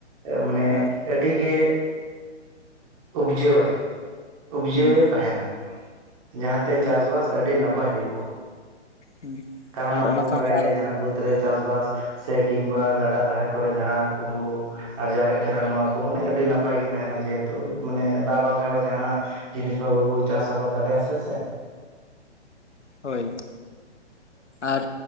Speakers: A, on the right; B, on the left.
A: ᱢᱟᱱᱮ
B: ᱦᱮᱸ
A: ᱟᱹᱰᱤ ᱜᱮ ᱩᱯᱡᱟᱹᱣᱟᱭ ᱩᱯᱡᱟᱹᱣᱮ
B: ᱦᱩᱸ
A: ᱛᱟᱦᱮᱱᱟ ᱡᱟᱦᱟᱸᱛᱮ
B: ᱦᱩᱸ
A: ᱪᱟᱥᱵᱟᱥ ᱟᱹᱰᱤ ᱱᱟᱯᱟᱭ ᱦᱩᱭᱩᱜᱼᱟ᱾
B: ᱦᱩᱸ
A: ᱠᱟᱨᱚᱱ
B: ᱟᱨ
A: ᱟᱵᱚ
B: ᱚᱱᱟ
A: ᱵᱚᱱ
B: ᱥᱟᱶᱛᱮ
A: ᱵᱟᱲᱟᱭ ᱜᱮᱭᱟ
B: ᱟᱨᱚ
A: ᱡᱟᱦᱟᱸ ᱵᱟᱹᱫ ᱨᱮ ᱪᱟᱥᱵᱟᱥ ᱥᱮ ᱠᱤᱢᱵᱟ ᱜᱟᱰᱟ ᱫᱷᱟᱨᱮ ᱠᱚᱨᱮ ᱡᱟᱦᱟᱸ ᱠᱚᱵᱚ ᱟᱨᱡᱟᱣᱮᱫ ᱠᱟᱱᱟ ᱱᱚᱣᱟ ᱠᱚ ᱢᱟᱱᱮ ᱟᱹᱰᱤ ᱟᱹᱰᱤ ᱱᱟᱯᱟᱭ ᱜᱮ ᱛᱟᱦᱮᱸᱱᱟ ᱡᱮᱦᱮᱛᱩ ᱢᱟᱱᱮ ᱫᱟᱜ ᱵᱟᱝᱠᱷᱟᱱ ᱢᱟ ᱡᱟᱦᱟᱱᱟᱜ ᱡᱤᱱᱤᱥ ᱵᱟᱵᱚ ᱪᱟᱥ ᱟᱵᱟᱫ ᱫᱟᱲᱮᱭᱟᱜ ᱥᱮ
B: ᱦᱳᱭ ᱟᱨ